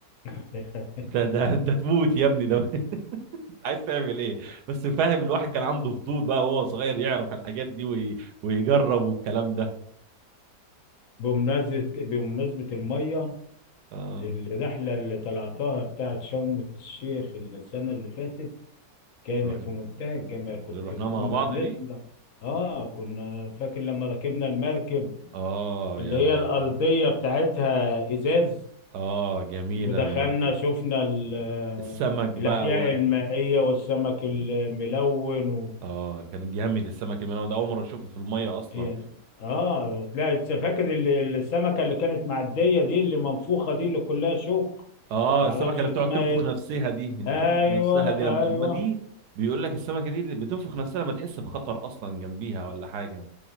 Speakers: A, on the left; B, on the right.
A: <laughs>
B: انت ده انت تموت يا ابني ده <laughs> عايز تعمل ايه بس فاهم الواحد كان عنده فضول بقى وهو صغير يعرف الحاجات دي وي... ويجرب والكلام ده
A: بمناسبة بمناسبة المية
B: اه
A: الرحلة اللي طلعتها بتاعت شرم الشيخ السنة اللي فاتت كانت
B: رحنا
A: في منتهى الجمال كنت
B: اللي رحناه
A: كنا
B: مع بعض
A: بنطلع
B: دي
A: اه كنا فاكر لما ركبنا المركب
B: اه
A: اللي
B: يا
A: هي
B: لهوي
A: الأرضية بتاعتها إزاز
B: اه جميله
A: ودخلنا
B: المركب
A: شفنا ال-
B: السمك بقى
A: الأحياء المائية والسمك الملون
B: اه كان جامد السمك الملون ده اول مره اشوفه في الميه اصلا
A: يعني اه تلاقي فاكر ال- ال- السمكه اللي كانت معديه دي اللي منفوخه دي اللي كلها شوك
B: اه
A: ما
B: السمكه
A: اعرفش
B: اللي
A: اسمها
B: بتقعد تنفخ
A: ايه
B: نفسها دي اللي
A: ايوه
B: بتنفخ نفسها دي لما
A: ايوه
B: ما دي بيقول لك السمكه دي اللي بتنفخ نفسها لما تحس بخطر اصلا جنبيها ولا حاجه